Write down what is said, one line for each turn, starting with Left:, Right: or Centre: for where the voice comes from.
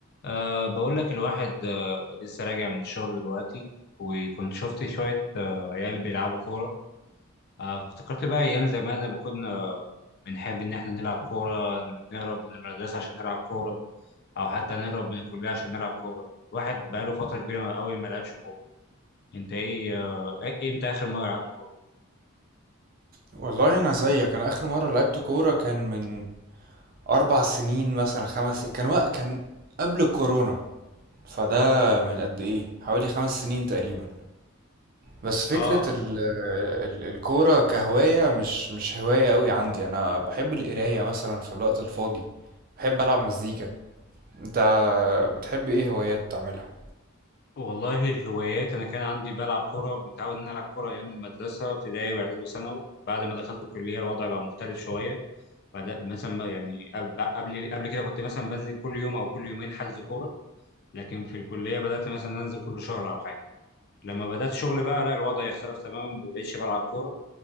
Left: أه بقول لك الواحد أه لسه راجع من الشغل دلوقتي وكنت شفت شوية أه عيال بيلعبوا كورة أه فافتكرت بقى أيام زمان لما كنا بنحب إن إحنا نلعب كورة نهرب من المدرسة عشان نلعب كورة أو حتى نهرب من الكلية عشان نلعب كورة الواحد بقاله فترة كبيرة أوي ما لعبش كورة أنت إيه أه إيه- إمتى آخر مرة لعبت كورة؟
Right: والله انا زيك انا اخر مره لعبت كوره كان من اربع سنين مثلا خمس سنين كان وق... كان قبل الكورونا فده من قد ايه حوالي خمس سنين تقريبا بس فكره
Left: آه
Right: ال...
Left: أم،
Right: ال... الكوره كهوايه مش مش هوايه قوي عندي انا بحب القرايه مثلا في الوقت الفاضي بحب العب مزيكا انت بتحب ايه هوايات تعملها
Left: والله الهوايات أنا كان عندي بلعب كورة متعود إن أنا ألعب كورة أيام المدرسة ابتدائي وإعدادي وثانوي بعد ما دخلت الكلية الوضع بقى مختلف شوية بعد مثلا ما- يعني قب- قبل قبل كده كنت مثلا بنزل كل يوم او كل يومين حجز كوره لكن في الكليه بدات مثلا انزل كل شهر او حاجه لما بدات شغل بقى لا الوضع يختلف تماما ما بقتش بلعب كوره